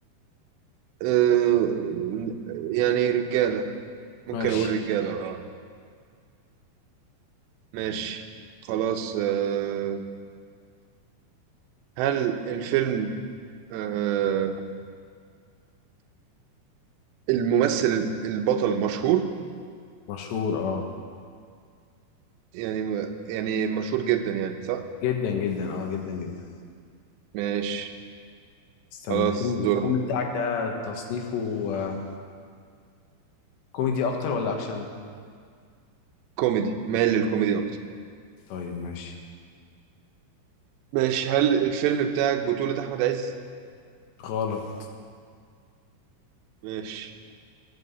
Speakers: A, on the right; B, on the left.
A: أه يعني رجالة ممكن
B: ماشي
A: أقول رجالة اه ماشي خلاص أه هل الفيلم أه الممثل البطل مشهور
B: مشهور اه
A: يعني يعني مشهور جدا يعني صح
B: جدا جدا اه جدا جدا
A: ماشي
B: استنى
A: خلاص
B: الفيلم
A: دور
B: الفيلم بتاعك ده تصنيفه آه، كوميدي اكتر ولا اكشن
A: كوميدي مايل للكوميدي أكتر
B: طيب ماشي
A: ماشي هل الفيلم بتاعك بطولة أحمد عز
B: غلط
A: ماشي